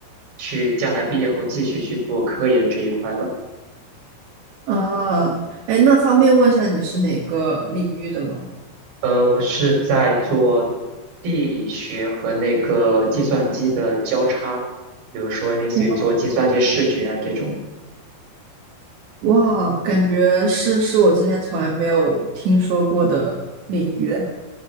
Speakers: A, on the right; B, on the right.
A: 去将来毕业后继续去做科研这一块了。
B: 啊，哎，那方便问一下你是哪个领域的吗？
A: 呃，我是在做地理学和那个计算机的交叉，比如说类似于做计算机视觉啊这种。
B: 哦，哇，感觉是是我之前从来没有听说过的领域。